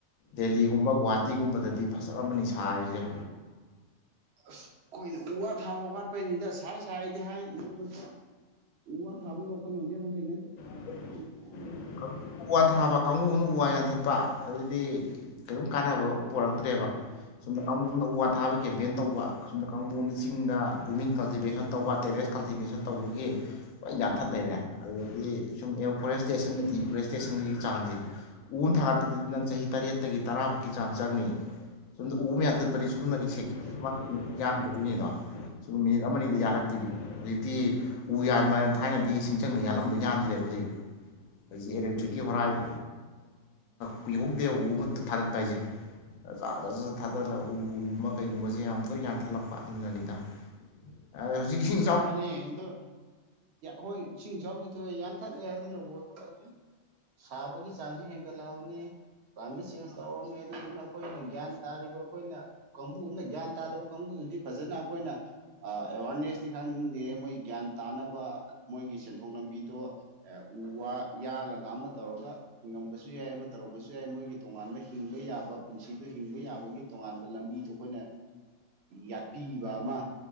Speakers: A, on the left; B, on the right.
A: ꯗꯦꯜꯂꯤꯒꯨꯝꯕ ꯒꯨꯍꯥꯇꯤꯒꯨꯝꯕꯗꯗꯤ ꯐꯖꯔꯃꯅꯤ ꯁꯥꯔꯤꯁꯦ꯫
B: ꯑꯁ ꯑꯩꯈꯣꯏꯅ ꯎ ꯋꯥ ꯊꯥꯕ ꯋꯥꯠꯄꯩꯅꯤꯗ ꯁꯥꯏ ꯁꯥꯏꯗꯤ ꯍꯥꯏ ꯅꯣꯡꯃꯇ꯫ ꯎ ꯋꯥ ꯊꯥꯕꯒꯤ ꯋꯈꯥꯜꯂꯣꯟꯗꯤ ꯑꯃꯇ ꯂꯩꯅꯗꯦ꯫
A: <unintelligible>
B: ꯑꯌꯥꯝꯕꯅꯤꯗ
A: ꯎ ꯋꯥ ꯊꯥꯕ ꯀꯥꯡꯕꯨ ꯑꯃꯅ ꯎ ꯋꯥ ꯌꯥꯟꯊꯠꯄ ꯑꯗꯨꯗꯤ ꯀꯩꯝ ꯀꯥꯟꯅꯕ ꯄꯣꯔꯛꯇ꯭ꯔꯦꯕ꯫ ꯁꯣꯝ ꯀꯥꯡꯒꯨ ꯑꯃꯅ ꯎ ꯋꯥ ꯊꯥꯕ ꯀꯦꯝꯄꯦꯟ ꯇꯧꯕ꯫ ꯑꯁꯨꯝꯗ ꯀꯥꯡꯕꯨꯅ ꯆꯤꯡꯗ ꯋꯤꯝꯃꯤꯡ ꯀꯜꯇꯤꯚꯦꯁꯟ ꯇꯧꯕ ꯇꯦꯔꯦꯁ ꯀꯜꯇꯤꯚꯦꯁꯟ ꯇꯧꯕꯒꯤ꯫ ꯂꯣꯏ ꯌꯥꯟꯊꯠ ꯂꯩꯔꯦ ꯑꯗꯨꯗꯤ ꯁꯨꯝ ꯑꯦꯌ ꯐꯣꯔꯦꯁꯇꯦꯁꯟꯗꯗꯤ꯫ ꯏꯁꯇꯦꯁꯟꯒꯤ ꯆꯥꯡꯁꯦ ꯎ ꯊꯥꯒꯠꯄꯗꯗꯤ ꯅꯪ ꯆꯍꯤ ꯇꯔꯦꯠꯇꯒꯤ ꯇꯔꯥ ꯐꯥꯎꯛꯒꯤ ꯆꯥꯡ ꯆꯪꯅꯤ꯫ <unintelligible> ꯑꯨ ꯑꯃ ꯌꯥꯟꯊꯠ꯫ ꯗꯤ ꯁꯣꯝꯅꯒꯤ
B: ꯆꯪꯉꯤ ꯆꯪꯉꯤ
A: ꯁꯀ ꯌꯥꯟꯈꯤꯗꯣꯏꯅꯤꯗꯣ ꯁ ꯃꯤꯅꯤꯠ ꯑꯃꯅꯤ ꯑꯗ
B: ꯎꯝ
A: ꯌꯥꯜꯂꯛꯇꯣꯏꯅꯤ꯫ ꯍꯧꯖꯤꯛꯇꯤ ꯎ ꯌꯥꯟꯕ ꯍꯥꯏꯅ ꯊꯥꯏꯅꯗꯤ ꯁꯤꯡꯆꯪꯅ ꯌꯥꯜꯂꯝꯕꯣ ꯌꯥꯟꯗ꯭ꯔꯦꯕ ꯍꯧꯖꯤꯛ꯫ ꯍꯧꯖꯤꯛ ꯏꯂꯦꯛꯇ꯭ꯔꯤꯛꯀꯤ
B: ꯎꯝ
A: ꯍꯣꯔꯥꯏꯗꯣ ꯄꯨ ꯀꯨꯍꯧꯗꯦ ꯎ ꯑꯃꯇ ꯊꯥꯗꯠꯄ ꯍꯥꯏꯁꯦ꯫ ꯖꯠ ꯖꯠꯖꯠ ꯊꯥꯗꯠꯂꯒ ꯎꯒꯨꯝꯕ ꯀꯩꯒꯨꯝꯕꯁꯦ ꯌꯥꯝ ꯇꯣꯏꯅ ꯌꯥꯟꯊꯠꯂꯛꯄ ꯑꯗꯨꯅꯅꯤꯗ꯫ ꯑ ꯍꯧꯖꯤꯛꯁꯤ ꯫
B: ꯃꯥꯅꯤ ꯑꯗꯣ꯫ ꯍꯣꯏ ꯏꯁꯤꯡ ꯏꯆꯥꯎꯁꯨ ꯊꯣꯛꯑꯦ ꯌꯥꯟꯊꯠꯂꯦ ꯑꯗꯨꯅꯕꯣꯗꯣ ꯑꯗꯨ꯫ ꯁꯥꯕꯒꯤ ꯆꯥꯡꯁꯨ ꯍꯦꯟꯒꯠꯂꯛꯑꯕꯅꯤ꯫ ꯀ꯭ꯂꯥꯏꯃꯦꯠ ꯆꯦꯟꯖ ꯇꯧꯔꯔꯕꯅꯤ ꯑꯗꯨꯗꯨꯅ ꯑꯩꯈꯣꯏꯅ ꯒ꯭ꯌꯥꯟ ꯇꯥꯔꯤꯕ ꯑꯩꯈꯣꯏꯅ꯫ ꯀꯥꯡꯕꯨ ꯑꯃꯅ ꯒ꯭ꯌꯥꯟ ꯇꯥꯗꯕ ꯀꯥꯡꯕꯨꯗꯨꯗꯤ ꯐꯖꯅ ꯑꯩꯈꯣꯏꯅ ꯑꯦꯋꯥꯔꯅꯦꯁ꯫ ꯈꯪꯅꯤꯡꯗꯦ ꯃꯣꯏ ꯒ꯭ꯌꯥꯟ ꯇꯥꯅꯕ ꯃꯣꯏꯒꯤ ꯁꯦꯟꯊꯣꯛ ꯂꯝꯕꯤꯗꯣ꯫ ꯑꯦ ꯎ ꯋꯥ ꯌꯥꯜꯂꯒ ꯑꯃ ꯇꯧꯔꯒ꯫ ꯍꯤꯡꯉꯝꯕꯁꯨ ꯌꯥꯏ ꯑꯃ ꯇꯧꯔꯔꯕꯁꯨ ꯌꯥꯏ ꯃꯣꯏꯒꯤ ꯇꯣꯉꯥꯟꯕ ꯍꯤꯡꯕ ꯌꯥꯕ ꯄꯨꯟꯁꯤꯗ ꯍꯤꯡꯕ ꯌꯥꯕꯒꯤ꯫ ꯇꯣꯉꯥꯟꯕ ꯂꯝꯕꯤꯗꯣ ꯑꯩꯈꯣꯏꯅ ꯌꯥꯠꯄꯤꯕ ꯑꯃ